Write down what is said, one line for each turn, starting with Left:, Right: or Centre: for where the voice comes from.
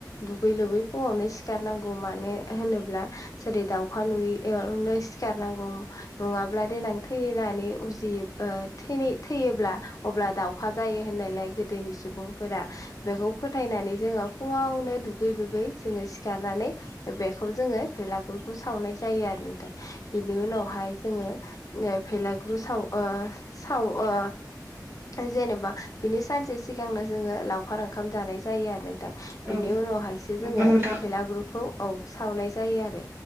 Left: दुगै लोबै फुङावनो सिखारनांगौ मानो होनोब्ला जेरै दाउखा नुयै यावनो सिखारनांगौ नङाब्ला देनां थैनानै उजियो ओ थैनाय थैयोब्ला अब्ला दावखा जायो होननायलाय गोदोनि सुबुंफोरा बेखौ फोथायनानै जोङो फुङावनो दुगै लुगै जोङो सिखारनानै बेखौ जोङो भेलागुरखौ सावनाय जायो आरो नोंथां बेनि उनावहाय जोङो ओ भेलाग्रु साव ओ साव अ जेनेबा बिनि सानसे सिगांनो जोङो लावखार ओंखाम जानाय जायो आरो नोंथां
Right: औ
Left: बेनि उनावहायसो
Right: नंगौ
Left: जोङो
Right: नोंथां
Left: भेलागुरखौ औ सावनाय जायो आरो